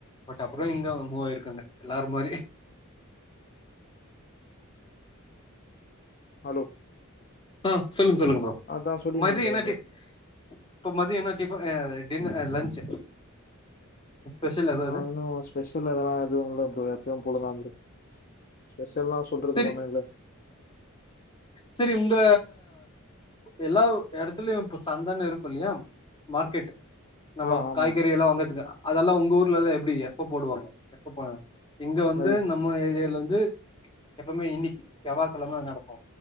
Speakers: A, on the left; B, on the left.
A: பட் அப்புற இங்க மூவாயிருக்காங்க எல்லாரு மாரி
B: ஹலோ
A: ஆ சொல்லுங்க சொல்லுங்க ப்ரோ
B: அதான் சொல்லியிருந்தீங்களே
A: மதிய என்ன
B: அந்த
A: டி இப்ப மதிய என்ன டிஃபன் டின் இல்ல லஞ்ச் ஸ்பெஷல் எதாவது
B: ஆ, இன்னும் ஸ்பெஷல் எதுலா எதுவு இல்ல ப்ரோ எப்பயு போல தா ப்ரோ ஸ்பெஷல்லா சொல்றதுக்கு
A: சரி
B: ஒன்னு இல்ல.
A: சரி உங்க எல்லா எடத்துலயு இப்ப சந்தனு இருக்கு இல்லையா மார்கெட் நம்ம
B: ஆ ஆமாம்
A: காய்கறி எல்லா வாங்கதுக்கு அதெல்லா உங்க ஊர்லல்லா எப்டி எப்ப போடுவாங்க எப்ப போ இங்க
B: அது
A: வந்து நம்ம ஏரியால வந்து எப்பவுமே இன்னைக்கு செவ்வா கெழம நடக்கு